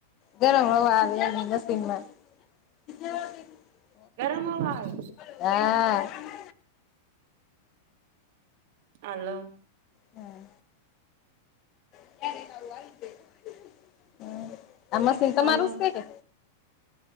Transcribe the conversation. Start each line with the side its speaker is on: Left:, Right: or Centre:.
Left: ગરમ હવા આવે ઈ મશીન માંથી <unintelligible>
Right: ગરમ હવા આવે.
Left: હા.
Right: આલો
Left: હા હમ <unintelligible> આ મશીન તમારૂ
Right: હાલો
Left: સે ને